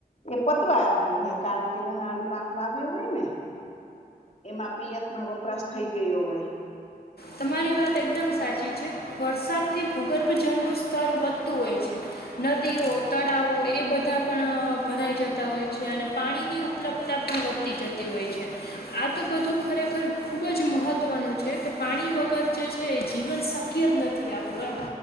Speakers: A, on the left; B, on the left.
A: એ પતવા આવ્યું હોય, કારણ કે ઉનાળું પાક વાવ્યું. હોય ને, એમાં પિયતમાં વપરાશ થઈ ગયો હોય.
B: તમારી વાત એકદમ સાચી છે, વરસાદથી ભૂગર્ભ જળનું સ્તર વધતું હોય છે, નદીઓ તળાવો એ બધા પણ ભરાઈ જતા હોય છે, અને પાણીની ઉપલબ્ધતા પણ વધતી જતી હોય છે, આ તો બધું ખરેખર ખૂબ જ મહત્વનું છે, કે પાણી વગર જે છે એ જીવન શક્ય જ નથી આપણું આમ.